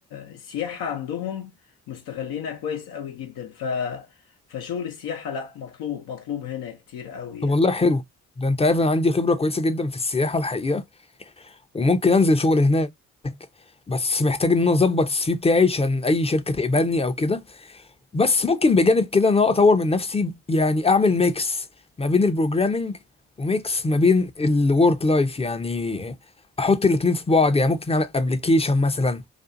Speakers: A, on the left (about 70°); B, on the left (about 15°).
A: السياحة عندهم مستغلينها كويس قوي جدا ف فشغل السياحة لا مطلوب مطلوب هنا كتير قوي
B: طب والله حلو ده انت عارف انا عندي خبرة كويسة جدا في السياحة الحقيقة وممكن انزل شغل هناك بس محتاج ان انا اظبط السي في بتاعي عشان اي شركة تقبلني او كده بس ممكن بجانب كده ان انا اطور من نفسي يعني اعمل ميكس ما بين البروجرامينج وميكس ما بين الورك لايف يعني احط الاتنين في بعض يعني ممكن اعمل ابلكيشن مثلا